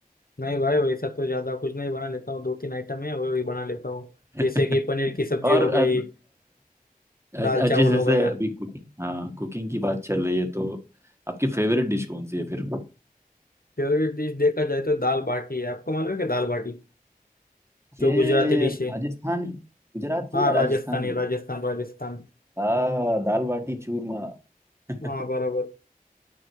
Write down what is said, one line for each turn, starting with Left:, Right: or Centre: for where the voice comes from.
Left: नहीं भाई वैसा तो ज्यादा कुछ नहीं बना लेता हूँ दो तीन आइटम है वही बना लेता हूँ
Right: <laughs>
Left: जैसे कि पनीर की सब्जी
Right: और
Left: हो गई
Right: अ, अ,
Left: दाल
Right: अ, जिस
Left: चावल
Right: जैसे
Left: हो गया
Right: अभी कुकिंग हाँ कुकिंग की बात चल रही है तो आपकी फेवरेट डिश कौन सी है फिर
Left: फेवरेट डिश देखा जाए तो दाल बाटी है आपको मालूम है कि दाल बाटी जो
Right: ये
Left: गुजराती डिश
Right: राजस्थान
Left: है
Right: गुजरात की
Left: हाँ
Right: है
Left: राजस्थानी
Right: राजस्थान की
Left: राजस्थान राजस्थान
Right: हाँ दाल बाटी चूरमा <laughs>
Left: हाँ बराबर